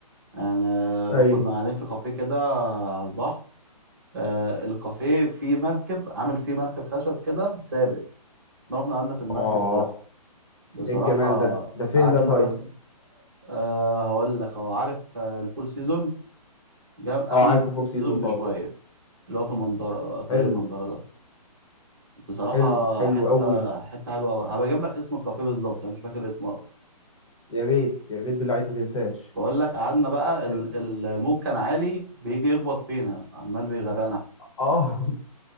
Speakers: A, on the right; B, on the left.
A: يعني
B: ايوه
A: كنا قاعدين في كافيه كده على البحر آه، الكافيه فيه مركب عامل فيه مركب خشب كده ثابت احنا رحنا قعدنا في المركب
B: اه
A: ده بصراحة
B: ايه الجمال ده
A: قعدنا
B: ده فين ده طيب
A: بس أه هقول لك هو عارف آه، الفور سيزون جا-
B: اه
A: قبل
B: عارف
A: الفور
B: فور سيزون
A: سيزون
B: طبعا
A: بشوية اللي هو في المنظرة طريق
B: حلو
A: المنظرة ده بصراحة
B: حلو حلو
A: حتة
B: قوي
A: حتة حلوة أوي هبقى أجيب لك اسم الكافيه بالظبط أنا مش فاكر اسمه أوي.
B: يا ريت يا ريت بالله عليك ما تنساش
A: بقول لك قعدنا بقى ال-
B: ال...
A: الموج كان عالي بيجي يخبط فينا عمال بيغرقنا
B: اه <laughs>